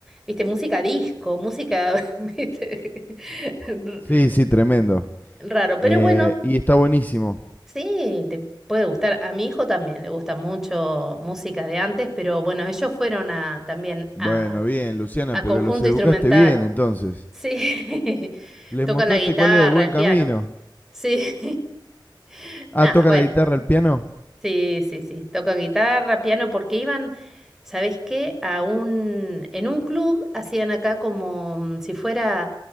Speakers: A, in the centre; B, on the left.
A: viste, música disco, música, <laughs> viste, <laughs> r-
B: sí, sí, tremendo.
A: raro,
B: Eh,
A: pero bueno,
B: y está buenísimo.
A: sí, te puede gustar, a mi hijo también le gusta mucho música de antes, pero bueno, ellos fueron a, también
B: Bueno,
A: a,
B: bien, Luciana,
A: a
B: pero
A: conjunto
B: los educaste
A: instrumental.
B: bien entonces.
A: Sí, <laughs>
B: Les
A: toca
B: mostraste
A: la guitarra,
B: cuál era el buen
A: el piano.
B: camino.
A: Sí. <laughs>
B: Ah,
A: Nada,
B: toca
A: bueno.
B: la guitarra, el piano.
A: Sí, sí, sí. Tocan guitarra, piano, porque iban, ¿sabes qué? A un, en un club hacían acá como mm, si fuera